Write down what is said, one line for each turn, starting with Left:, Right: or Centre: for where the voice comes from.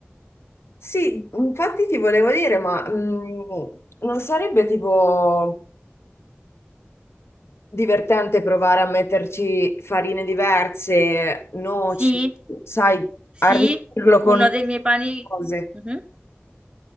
Left: Sì, infatti ti volevo dire, ma mm, non sarebbe tipo divertente provare a metterci farine diverse, noci,
Right: Sì,
Left: sai,
Right: sì,
Left: arricchirlo
Right: uno
Left: con
Right: dei miei pani.
Left: cose.
Right: Mhm.